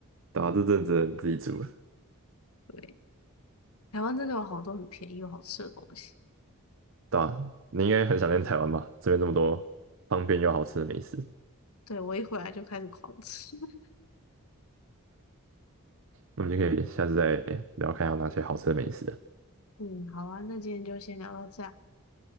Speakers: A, on the right (about 60°); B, on the left (about 80°).
A: 对啊，这阵子自己煮了。
B: 对，台湾真的有好多很便宜又好吃的东西。
A: 对啊，你应该很想念台湾吧？这边这么多方便又好吃的美食。
B: 对，我一回来就开始狂吃。<laughs>
A: 那我们就可以下次再聊，看有哪些好吃的美食了。
B: 嗯，好啊，那今天就先聊到这儿，